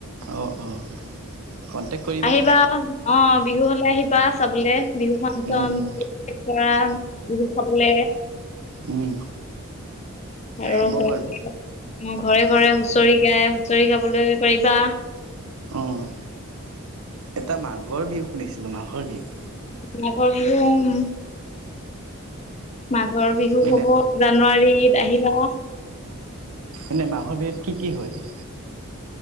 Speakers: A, on the right (about 85°); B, on the left (about 30°).
A: অ', অ', কণ্টেক্ট কৰিবা।
B: আহিবা, অ বিহু হলে আহিবা চাবলে। বিহু ফাংচন
A: উম, উম,
B: <unintelligible> বিহু খাবলে।
A: উম।
B: আৰু
A: হ'ব
B: <unintelligible>
A: বাৰু।
B: ঘৰে ঘৰে হুঁচৰি গাই, হুঁচৰি গাবলৈ পাৰিবা।
A: অ', এটা মাঘৰ বিহু শুনিছিলোঁ, মাঘৰ বিহু।
B: মাঘৰ বিহু অ উম। মাঘৰ বিহু
A: মানে
B: হ'ব, জানুৱাৰীত আহিবা।
A: এনে মাঘৰ বিহুত কি কি হয়?